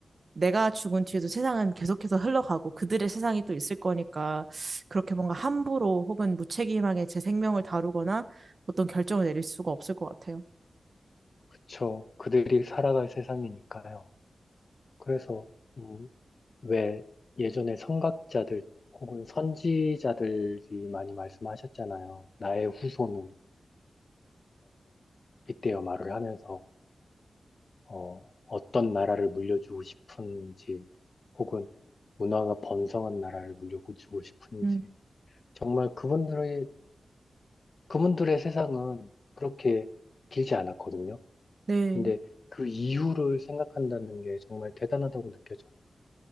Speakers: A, on the right; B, on the left.
A: 내가 죽은 뒤에도 세상은 계속해서 흘러가고 그들의 세상이 또 있을 거니까 그렇게 뭔가 함부로 혹은 무책임하게 제 생명을 다루거나 어떤 결정을 내릴 수가 없을 것 같아요.
B: 그쵸. 그들이 살아갈 세상이니까요. 그래서 음, 왜 예전에 선각자들 혹은 선지자들이 많이 말씀하셨잖아요. 나의 후손은이라고 빗대어 말을 하면서 어, 어떤 나라를 물려주고 싶은지, 혹은 문화가 번성한 나라를 물려주고 싶은지.
A: 음,
B: 정말 그분들의, 그분들의 세상은 그렇게 길지 않았거든요.
A: 네.
B: 근데 그 이유를 생각한다는 게 정말 대단하다고 느껴져요.